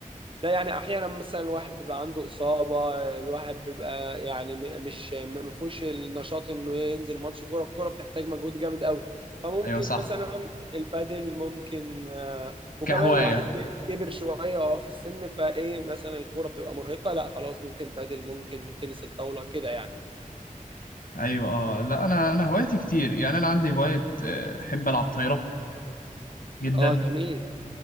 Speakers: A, on the right (about 40°); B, on the left (about 80°).
A: لا يعني احيانا مثلا الواحد بيبقى عنده اصابه الواحد بيبقى يعني م- مش م- ما فيهوش النشاط انه ينزل ماتش كوره الكوره بتحتاج مجهود جامد قوي فممكن
B: ايوه صح
A: مثلا البادل ممكن آه، وكمان
B: كهواية
A: الواحد ك- كبر شويه اه في السن فايه مثلا الكوره بتبقى مرهقه لا خلاص ممكن بادل ممكن تنس الطاوله كده يعني
B: ايوه اه لا انا انا هوايتي كتير يعني انا عندي هواية آه، احب العب طايرة جدا
A: اه جميل